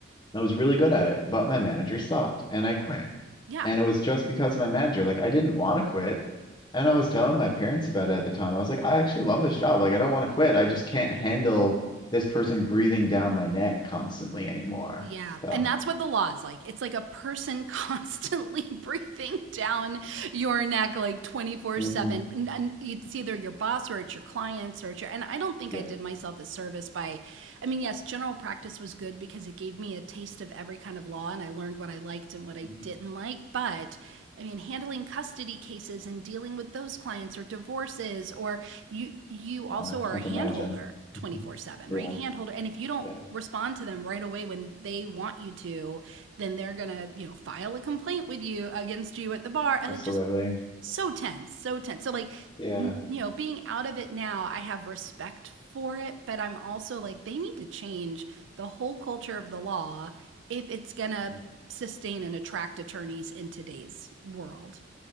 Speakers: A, on the left; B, on the right.
A: I was really good at it, but my manager sucked and I quit.
B: yeah
A: And it was just because of my manager. Like I didn't want to quit. And I was telling my parents about it at the time. I was like, I actually love this job. Like, I don't want to quit. I just can't handle this person breathing down my neck constantly anymore.
B: Yeah,
A: So,
B: and that's what the law is like. It's like a person <laughs> constantly breathing down your neck like 24/7.
A: hmm
B: And, and it's either your boss or it's your clients or it's your and I don't think
A: Yep.
B: I did myself a service by I mean, yes, general practice was good because it gave me a taste of every kind of law and I learned what I liked and what I
A: Mhm.
B: didn't like, but I mean, handling custody cases and dealing with those clients or divorces or you you also
A: Well, I can't
B: are a hand
A: imagine.
B: holder 24/7,
A: Yeah.
B: right? Hand holder. And if you don't
A: Yeah.
B: respond to them right away when they want you to, then they're going to, you know, file a complaint with you against you at the bar and
A: Absolutely.
B: it's just so tense, so tense. So like
A: Yeah.
B: you know, being out of it now, I have respect for it, but I'm also like they need to change the whole culture of the law if it's going to
A: Yeah.
B: sustain and attract attorneys in today's world.